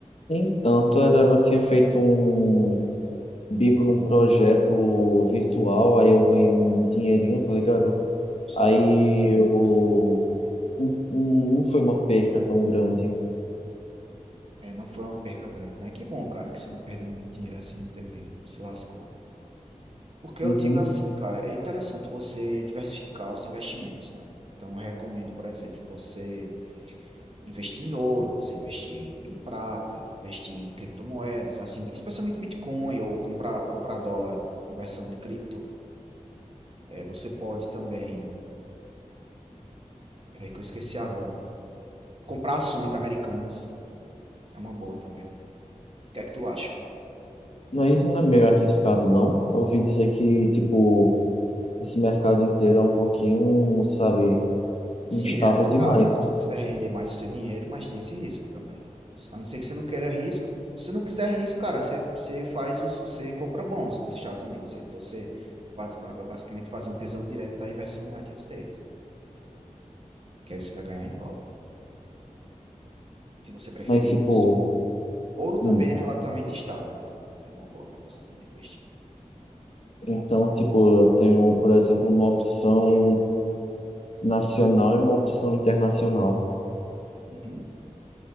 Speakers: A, on the left (about 55°); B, on the right (about 50°).
A: nem tanto, era, eu tinha feito um. bico num projeto virtual, aí eu ganhei um dinheirinho, tá ligado?
B: Sim,
A: Aí eu. Não não foi uma perca tão grande.
B: é, não foi uma perca grande, né? Que bom, cara, que você não perdeu muito dinheiro assim, não teve, se lascou. Porque
A: Uhum.
B: eu digo assim, cara, é interessante você diversificar os investimentos, né? Então, eu recomendo, por exemplo, você investir em ouro, você investir em, em prata, investir em criptomoedas, assim, especialmente Bitcoin ou comprar, comprar dólar em versão de cripto. É, você pode também, peraí que eu esqueci agora, comprar ações americanas, é uma boa também. O que é que tu acha?
A: Mas não é meio arriscado, não. Eu ouvi dizer que, tipo, esse mercado inteiro é um pouquinho, sabe,
B: Sim,
A: instável
B: é arriscado.
A: demais.
B: Se você quiser render mais o seu dinheiro, mas tem esse risco também. A não ser que você não queira risco. Se você não quiser risco, cara, você, você faz os, você compra bonds dos Estados Unidos. Você- Então você ba- ba- basicamente faz um tesouro direto aí versão United States, que aí você vai ganhar em dólar, se você preferir
A: Mas, tipo,
B: isso. Ouro também
A: hum.
B: é relativamente estável, então é uma boa para você também investir.
A: Então, tipo, eu tenho, por exemplo, uma opção nacional e uma opção internacional.
B: Uhum.